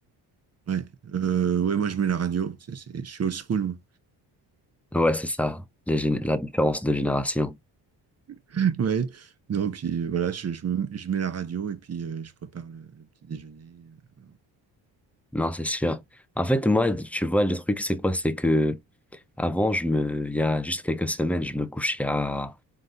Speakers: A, on the right (about 35°); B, in the centre.
A: Ouais, euh, ouais, moi je mets la radio, c'est, c'est- je suis old school. moi.
B: Ouais, c'est ça, les gén- la différence de génération.
A: <laughs> Ouais, non, puis euh, voilà, je, je, me- je mets la radio et puis euh, je prépare le, le petit déjeuner. euh,
B: Non, c'est
A: et puis,
B: sûr. En fait, moi, tu vois, le truc, c'est quoi? C'est que Avant, je me, il y a juste quelques semaines, je me couchais à